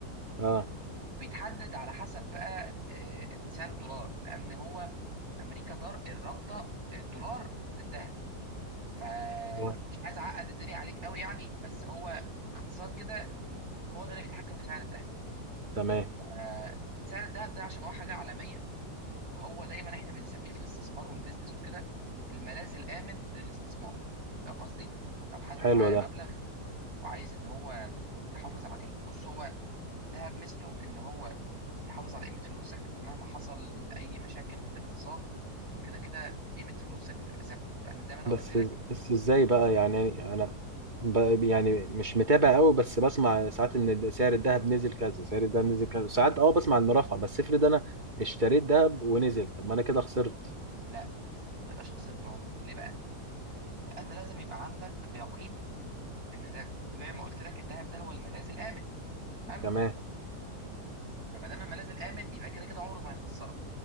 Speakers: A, on the right; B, on the right.
A: اه
B: وبيتحدد على حسب بقى آه، سعر الدولار لان هو امريكا دار رابطه الدولار بالذهب فمش
A: آه.
B: عايز اعقد الدنيا عليك قوي يعني بس هو باختصار كده هو ده اللي بيتحكم في سعر الذهب
A: تمام
B: آه، سعر الذهب ده عشان هو حاجه عالميه فهو دايما احنا بنسميه في الاستثمار والبيزنس وكده الملاذ الامن للاستثمار فاهم قصدي؟ لو حد
A: حلو
B: معاه
A: ده
B: مبلغ وعايز ان هو يحافظ عليه بص هو الذهب ميزته ان هو يحافظ على قيمة فلوسك مهما حصل أي مشاكل في الاقتصاد كده كده قيمة فلوسك بتبقى ثابتة لأن زي ما أنا
A: بس
B: قلت لك
A: بس ازاي
B: مم،
A: بقى يعني انا ب... يعني مش متابع قوي بس بسمع ساعات ان سعر الذهب نزل كذا سعر الذهب نزل كذا ساعات اه بسمع انه رفع بس افرض انا اشتريت ذهب ونزل طب ما انا كده خسرت
B: لا ما تبقاش خسارة عمرك ليه بقى؟ لأن لازم يبقى عندك يقين إن زي, زي ما قلت لك الذهب ده هو الملاذ الآمن تمام؟
A: تمام
B: فما دام الملاذ الآمن يبقى كده كده عمره ما هيخسرك